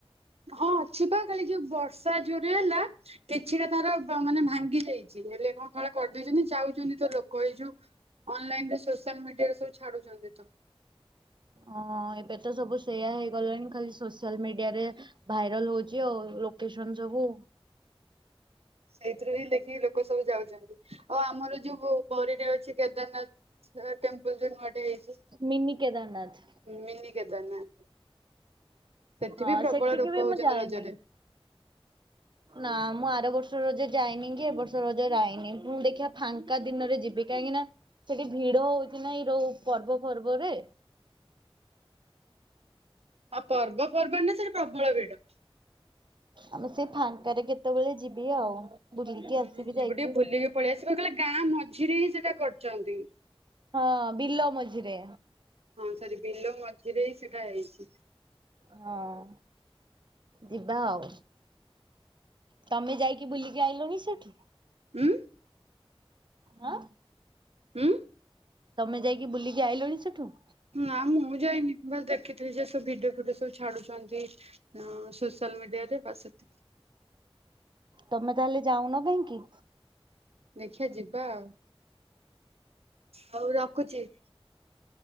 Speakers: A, on the right; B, on the right.
A: ହଁ ଅଛି ବା ଖାଲି ଯୋଉ ବର୍ଷା ଯୋଉରେ ହେଲା କିଛିଟା ତାର ମାନେ ଭାଙ୍ଗି ଯାଇଛି। ଚିନେରେ କଣ କ କରିଦେଇଛନ୍ତି ଯାଉଛନ୍ତି ତ ଲୋକ ହେଇଯୋଉ ଅନଲାଇନ୍ ରେ ସୋସିଆଲ ମିଡିଆରେ ସବୁ ଛାଡୁଛନ୍ତି ତ।
B: ହଁ ଏବେ ତ ସବୁ ସେଇୟା ହେଇଗଲାଣି ଖାଲି ସୋସିଆଲ ମିଡିଆରେ ଭାଇରାଲ ହଉଛି ଆଉ ଲୋକେସନ ସବୁ।
A: ସେଇଥିରେ ହିଁ ଦେଖିକି ଲୋକ ସବୁ ଯାଉଛନ୍ତି। ଓ ଆମର ଯୋଉ ବ ବରୀଟରେ ଅଛି କେଦାରନାଥ ଟେମ୍ପଲ ଯୋଉ ନୂଆଟେ ହେଇଛି।
B: ମିିନି କେଦାରନାଥ।
A: ହ ମିନିି କେଦାରନାଥ। ସେଠି
B: ହଁ
A: ବି ପ୍ରବଳ
B: ସେଠିକି
A: ଲୋକ
B: ବି
A: ହଉଛନ୍ତି
B: ମୁଁ ଯାଇନି।
A: ରଜରେ।
B: ନା ମୁଁ ଆର ବର୍ଷ ରଜେ ଯାଇନି କି ଏ ବର୍ଷ ରଜେ ଯାଇନି ଯଦି ଦେଖିବା ଫାଙ୍କା ଦିନରେ ଯିବି। କାହିଁକି ନା ସେଠି ଭିଡ ହଉଛି ନା ଏଇ ଯୋଉ ପର୍ବ ପର୍ବରେ।
A: ଆଉ ପର୍ବ ପର୍ବାଣୀ ରେ ସେଇଟି ପ୍ରବଳ ରେଟ୍।
B: ଆମେ ସେଇ ଫାଙ୍କାରେ କେତେବେଳେ ଯିବି ଆଉ ବୁଲିକି
A: ହୁଁ
B: ଆସିବି
A: ଯିବୁ
B: ଯାଇକି।
A: ଟିକେ ବୁଲିକି ପଳେଇ ଆସିବି କାରଣ କହିଲ ଗାଁ ମଝିରେ ହିଁ ସେଇଟା କରଛନ୍ତି।
B: ହଁ ବିଲ ମଝିରେ।
A: ହଁ ସରି ବିଲ ମଝିରେ ହିଁ ସେଟା ହେଇଛି।
B: ହଁ ଯିବା ଆଉ। ତମେ ଯାଇକି ବୁଲିକି ଆଇଲଣିି ସେଇଠୁ।
A: ହୁଁ।
B: ହଁ।
A: ହୁଁ।
B: ତମେ ଯାଇକି ବୁଲିକି ଆଇଲଣି ସେଠୁ।
A: ନା ମୁଁ ଯାଇନି ବାସ୍ ଦେଖିଥିଲି ଯେ ସବୁ ଭିଡିଓ ଫିଡିଓ ସବୁ ଛାଡୁଛନ୍ତି। ହଁ ସୋସିଆଲ ମିଡିଆରେ ବାସ୍ ସେତିକି।
B: ତମେ ତାହେଲେ ଯାଉନ କହିଁକି?
A: ଦେଖିବା ଯିବା ଆଉ ହଉ ରଖୁଛି।